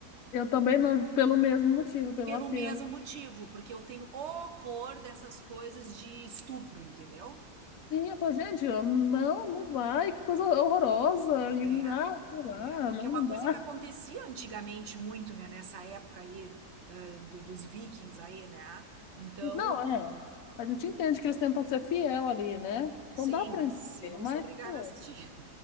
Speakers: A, on the left; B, on the right.
A: eu também não, pelo mesmo motivo, pelo
B: Pelo
A: apelo.
B: mesmo motivo, porque eu tenho horror dessas coisas de estupro, entendeu?
A: Sim, eu falo, gente, eu, não, não vai, que coisa horrorosa, e,
B: É,
A: ah, sei lá,
B: é, porque
A: não,
B: é uma
A: não
B: coisa
A: dá.
B: que acontecia antigamente muito, né, nessa época aí, eh, do- dos vikings aí, né? Então,
A: Não, é, a gente entende que eles tentam ser fiel ali, né?
B: sim,
A: Então dá pra
B: mas
A: entender,
B: eu não
A: mas,
B: sou obrigada
A: pô,
B: a assistir.